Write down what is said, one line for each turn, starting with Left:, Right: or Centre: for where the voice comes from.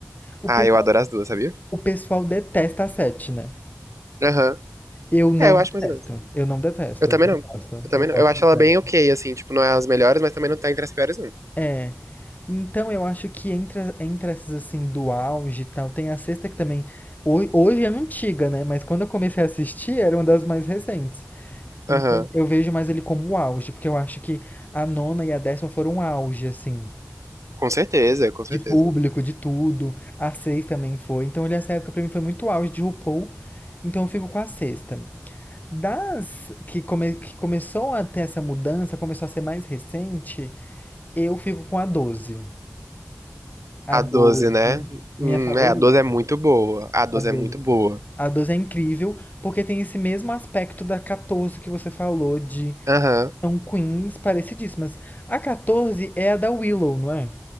Left: O
Right: Ah,
Left: pessoal,
Right: eu adoro as duas, sabia?
Left: o pessoal detesta a 7, né?
Right: Aham.
Left: Eu não
Right: É, eu
Left: detesto.
Right: acho mais ou menos.
Left: Eu não detesto.
Right: Eu também
Left: Eu
Right: não.
Left: gosto.
Right: Eu também
Left: Eu
Right: não.
Left: gosto
Right: Eu acho
Left: de
Right: ela
Left: 7.
Right: bem ok, assim. Tipo, não é as melhores, mas também não tá entre as piores, não.
Left: É. Então eu acho que entre, a- entre essas assim do auge e tal, tem a sexta que também. ho- Hoje é antiga, né? Mas quando eu comecei a assistir, era uma das mais recentes.
Right: Aham.
Left: Então eu vejo mais ele como o auge, porque eu acho que a nona e a décima foram um auge, assim,
Right: Com certeza, com certeza.
Left: de público, de tudo. A seis também foi. Então ele, essa época pra mim foi muito auge de RuPaul, então eu fico com a sexta. Das que, come, que começou a ter essa mudança, começou a ser mais recente, eu fico com a doze A
Right: A
Left: 12
Right: doze né?
Left: minha
Right: Hum,
Left: favorita.
Right: é, a 12 é muito boa. A 12
Left: A doze
Right: é muito boa.
Left: A 12 é incrível, porque tem esse mesmo aspecto da 14 que você falou, de
Right: Aham.
Left: São queens parecidíssimas. A 14 é a da Willow, não é?